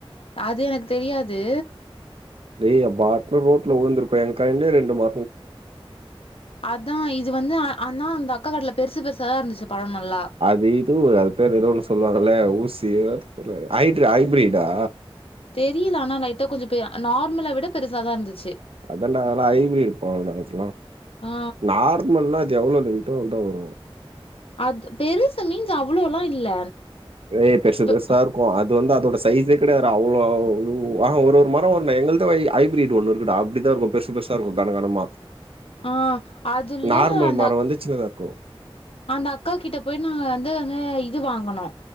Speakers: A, on the left; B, on the right.
A: அது எனக்கு தெரியாது
B: டேய் எ பாட்டுனு ரோட்ல உழுந்துருப்ப எ கண்ணு ரெண்டு <unintelligible>
A: அதா இது வந்து ஆனா அந்த அக்கா கடைல பெருசு பெருசாதா இருந்துச்சு பழம் நல்லா
B: அது இது அது பேர் எதோ ஒன்னு சொல்வாங்கல ஊசியோ அது பேரு ஹய்ட்ரு ஹய்பீரீட் ஆ
A: தெரில ஆனா லைட்டா கொஞ்ச பெ நார்மல விட பெருசாதா இருந்துச்சு
B: அதன்டா அதல்லா ஹைபிரீட் <unintelligible>
A: ஆ
B: நார்மல்னா அது எவ்ளோ டு வந்தா வரு
A: அது பெருசு மீன்ஸ் அவ்ளோல்லா இல்ல
B: ஏ பெருசு
A: து
B: பெருசா அது வந்து அதோட சைஸே கிடையாது டா அவ்ளோ ஒரு ஒரு மரோ வருடா எங்கள்தூ ஹைபிரிட் ஒன்னு இருக்கு டா இப்டி தா இருக்கு பெருசு பெருசா இருக்கு கனகனமா
A: ஆ அதுல
B: நார்மல்
A: அந்த
B: மரம்
A: அக்
B: வந்து சின்னதா இருக்கு
A: அந்த அக்கா கிட்ட போய் நா வந்து இது வாங்கனு